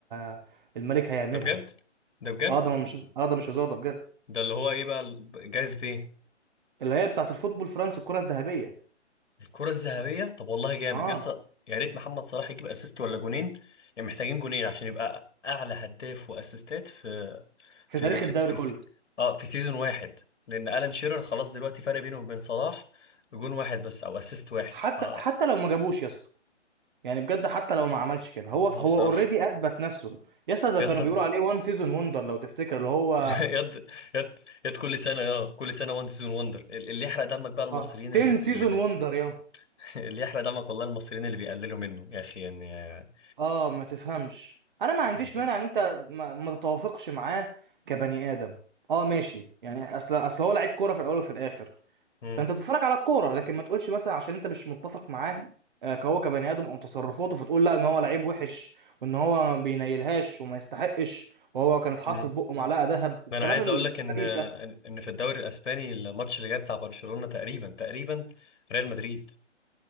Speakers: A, on the right (about 45°); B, on the left (about 70°).
A: آه، الملك هيعملها
B: ده بجد ده بجد
A: اه ده مش اه ده مش هزار ده بجد
B: ده اللي هو ايه بقى ال- جايزة ايه
A: اللي هي بتاعت الفوتبول الفرنسي الكرة الذهبية
B: الكرة الذهبية طب والله جامد
A: اه
B: يا اسطى يا ريت محمد صلاح يجيب اسيست ولا جونين يعني محتاجين جونين عشان يبقى اعلى هداف واسيستات في
A: في
B: في
A: تاريخ
B: في
A: الدوري
B: في
A: كله
B: س- اه في سيزون واحد لان الان شيرر خلاص دلوقتي فرق بينه وبين صلاح جون واحد بس او اسيست واحد
A: حتى
B: ف
A: حتى لو ما جابوش يا اسطى يعني بجد حتى لو ما عملش كده هو
B: هو
A: هو
B: بصراحه
A: اوريدي اثبت نفسه يا اسطى ده
B: يا
A: كانوا
B: اسطى
A: بيقولوا عليه وان سيزون وندر لو تفتكر اللي هو
B: <laughs> يد يد يد كل سنه اه كل سنه وان سيزون وندر اللي يحرق دمك بقى المصريين
A: اه
B: اللي
A: 10
B: بي-
A: سيزون
B: اللي بي...
A: وندر يا
B: <laughs> اللي يحرق دمك والله المصريين اللي بيقللوا منه يا اخي يعني آه،
A: اه ما تفهمش انا ما عنديش
B: انت
A: مانع ان انت ما, ما تتوافقش معاه كبني ادم اه ماشي يعني اصل اصل هو لعيب كوره في الاول وفي الاخر
B: امم
A: فانت بتتفرج على الكوره لكن ما تقولش مثلا عشان انت مش متفق معاه آه، كهو كبني ادم او تصرفاته فتقول لا ان هو لعيب وحش وان هو ما بينيلهاش وما يستحقش وهو كان اتحط
B: امم
A: في بقه معلقه ذهب والكلام
B: ده انا عايز
A: الغريب
B: اقول لك ان آه،
A: ده
B: ان إن في الدوري الاسباني الماتش اللي جاي بتاع برشلونه تقريبا تقريبا ريال مدريد